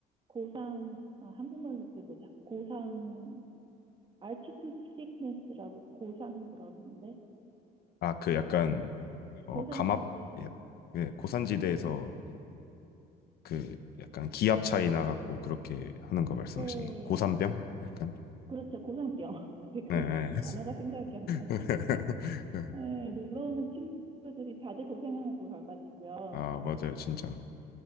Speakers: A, on the right (about 30°); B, on the left (about 65°).
A: 고상, 아, 한국말로 그게 뭐지? 고상, altitude sickness라고 고상 뭐라 그러는데?
B: 아 그 약간 어
A: 고산지대.
B: 감압 예, 예, 고산지대에서 그 약간 기압 차이 나갖고 그렇게 하는 거 말씀하시는
A: 예,
B: 거예요? 고산병? 약간?
A: 그렇죠. 고산병. <laughs> 근데
B: 네.
A: 그
B: 네.
A: 단어가 생각이 안 나.
B: <laughs>
A: 네, 놀러 오는 친구들이 다들 고생하고 가가지고요.
B: 아 아, 맞아요. 진짜.